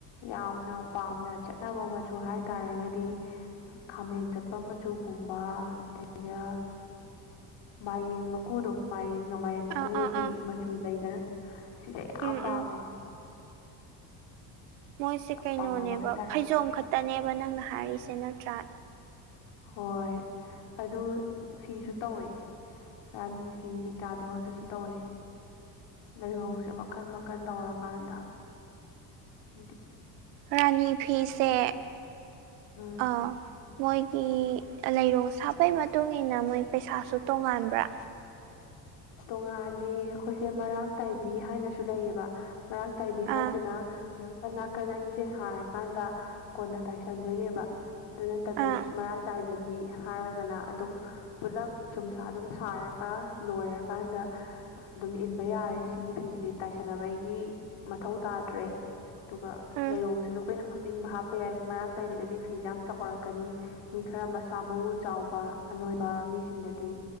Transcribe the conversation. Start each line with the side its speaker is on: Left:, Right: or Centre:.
Left: ꯌꯥꯝꯅ ꯄꯥꯝꯅ ꯆꯠꯅꯕ ꯃꯆꯨ ꯍꯥꯏꯇꯥꯥꯔꯒꯗꯤ ꯈꯥꯃꯦꯟ ꯆꯠꯄ ꯃꯆꯨꯒꯨꯝꯕ ꯑꯗꯒꯤ ꯃꯥꯏꯔꯦꯟ ꯃꯀꯨꯗꯣ ꯃꯥꯏꯔꯦꯟꯒ ꯃꯥꯏꯔꯦꯟ ꯃꯀꯨꯒꯒꯤ
Right: ꯑꯥ ꯑꯥ ꯑꯥ
Left: ꯁꯨ ꯂꯩꯗꯅ ꯁꯤꯁꯦ ꯌꯥꯝ
Right: ꯎꯝ
Left: ꯄꯥꯝꯅꯩ
Right: ꯎꯝ ꯃꯣꯏꯁꯦ ꯀꯩꯅꯣꯅꯦꯕ
Left: ꯄꯥꯝꯅꯕ ꯍꯥꯏꯇꯥꯔꯦ
Right: ꯐꯩꯖꯣꯝ ꯈꯛꯇꯅꯦꯕ ꯅꯪꯅ ꯍꯥꯏꯔꯤꯁꯦ ꯅꯠꯇ꯭ꯔꯥ
Left: ꯍꯣꯏ ꯑꯗꯨ ꯐꯤꯁꯨ ꯇꯧꯋꯦ ꯔꯥꯅꯤ ꯐꯤ ꯀꯩꯀꯥꯗꯣ ꯑꯗꯨꯁꯨ ꯇꯧꯋꯦ ꯂꯩꯔꯣꯡꯁꯦ ꯃꯈꯟ ꯃꯈꯟ ꯇꯧꯔꯀꯥꯟꯗ ꯍꯥꯏꯗꯤ
Right: ꯔꯥꯅꯤ ꯐꯤꯁꯦ
Left: ꯎꯝ
Right: ꯑꯥ ꯃꯣꯏꯒꯤ ꯂꯩꯔꯣꯡ ꯁꯥꯠꯄꯩꯒꯤ ꯃꯇꯨꯡꯏꯟꯅ ꯃꯣꯏ ꯄꯩꯁꯥꯁꯨ ꯇꯣꯡꯉꯥꯟꯕ꯭ꯔꯥ
Left: ꯇꯣꯉꯥꯜꯂꯦ ꯑꯩꯈꯣꯏꯁꯦ ꯃꯔꯥꯛ ꯇꯥꯏꯕꯤ ꯍꯥꯏꯅꯁꯨ ꯂꯩꯌꯦꯕ ꯃꯔꯥꯛ ꯇꯥꯏꯕꯤ ꯍꯥꯏꯁꯤꯅ
Right: ꯑꯥ
Left: ꯅꯥꯀꯟ ꯅꯥꯀꯟ ꯑꯅꯤꯁꯦ ꯁꯥꯔꯀꯥꯟꯗ ꯀꯣꯟꯅ ꯇꯥꯏꯁꯟꯗꯣꯏꯅꯦꯕ ꯑꯗꯨ ꯅꯠꯇꯕꯤ
Right: ꯑꯥ
Left: ꯃꯔꯥꯛ ꯇꯥꯏꯗꯕꯤ ꯕꯤ ꯍꯥꯏꯔꯒꯅ ꯑꯗꯨꯝ ꯄꯨꯂꯞ ꯆꯨꯝꯁꯥ ꯑꯗꯨꯝ ꯁꯥꯔꯒ ꯂꯣꯏꯔꯦ ꯀꯥꯟꯗ ꯑꯗꯨꯝ ꯏꯟꯕ ꯌꯥꯔꯦ ꯁꯤꯒꯤ ꯐꯤꯁꯤꯗꯤ ꯇꯥꯏꯁꯟꯅꯕꯒꯤ ꯃꯊꯧ ꯇꯥꯗ꯭ꯔꯦ ꯑꯗꯨꯒ
Right: ꯎꯝ
Left: ꯂꯩꯔꯣꯡꯁꯤꯁꯨ ꯑꯩꯈꯣꯏꯅ ꯍꯥꯞꯅꯤꯡꯕ ꯍꯥꯞꯄ ꯌꯥꯏ ꯃꯔꯥꯡ ꯇꯥꯏꯕꯤꯗꯗꯤ ꯐꯤꯁꯦ ꯌꯥꯝ ꯆꯥꯎꯔꯛꯀꯅꯤ ꯃꯤ ꯈꯔ ꯃꯁꯥ ꯃꯎ ꯆꯥꯎꯕ ꯑꯅꯣꯏꯕ ꯃꯤꯁꯤꯡꯗꯗꯤ